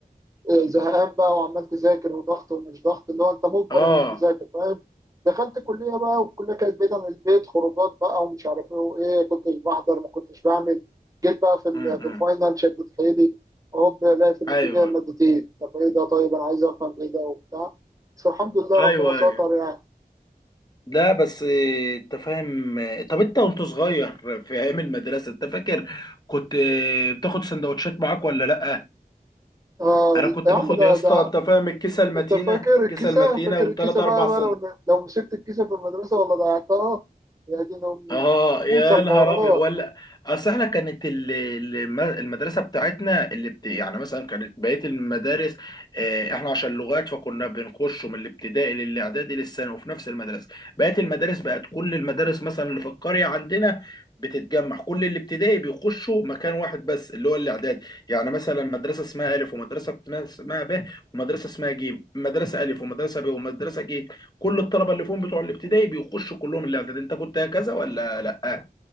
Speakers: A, on the right (about 20°); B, on the left (about 25°).
A: آه، زهقان بقى وعمال تذاكر وضغط ومش ضغط اللي هو انت مجبر
B: اه
A: انك تذاكر فاهم دخلت كليه بقى والكليه كانت بعيده من البيت خروجات بقى ومش عارف ايه وايه كنتش بحضر ما كنتش بعمل جيت بقى في ال-
B: امم
A: في الفاينل شدت حيلي هوب الاقي في النتيجه
B: ايوه
A: مادتين طب ايه ده طيب انا عايز افهم ايه ده وبتاع بس الحمد لله ربنا
B: ايوه
A: ستر
B: ايوه
A: يعني
B: لا بس آه، انت فاهم آه، طب انت وانت صغير في ايام المدرسه انت فاكر كنت آه، بتاخد سندوتشات معاك ولا لا
A: آه
B: انا كنت
A: يا عم
B: باخد
A: ده
B: يا اسطى
A: ده
B: انت فاهم الكيسه المتينه
A: انت فاكر
B: الكيسه
A: الكيسه
B: المتينه
A: فاكر
B: والثلاث
A: الكيسه
B: اربع
A: بقى بقى
B: سن...
A: لو لو مسكت الكيسه في المدرسه ولا ضيعتها يا دين امي
B: اه يا
A: انسى الحوارات
B: نهار ابيض ولا اصل احنا كانت ال- الم- المدرسه بتاعتنا اللي بت... يعني مثلا كانت بقيه المدارس آه، احنا عشان لغات فكنا بنخش من الابتدائي للاعدادي للثانوي وفي نفس المدرسه بقيه المدارس بقت كل المدارس مثلا اللي في القريه عندنا بتتجمع كل الابتدائي بيخشوا مكان واحد بس اللي هو الاعدادي يعني مثلا مدرسه اسمها الف ومدرسه اسمها ب ومدرسه اسمها ج مدرسه الف ومدرسه ب ومدرسه ج كل الطلبه اللي فيهم بتوع الابتدائي بيخشوا كلهم الاعدادي انت كنت كذا ولا لا